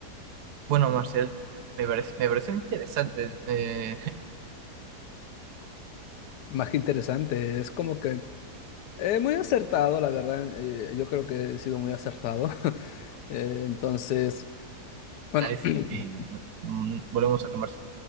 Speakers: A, on the right; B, on the left.
A: Bueno, Marcial, me parece, me pareció interesante eh,
B: Más que interesante, es como que eh, muy acertado, la verdad. eh, yo creo que he sido muy acertado. <laughs> Eh, entonces,
A: <laughs>
B: bueno,
A: analizar
B: <clears throat>
A: y bueno, mm, volvemos a conversar.